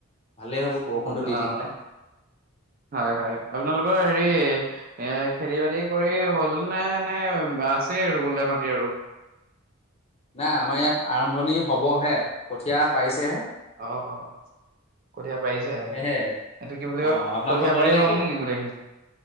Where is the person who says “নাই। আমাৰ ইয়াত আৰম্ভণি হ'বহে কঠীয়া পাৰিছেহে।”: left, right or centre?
Left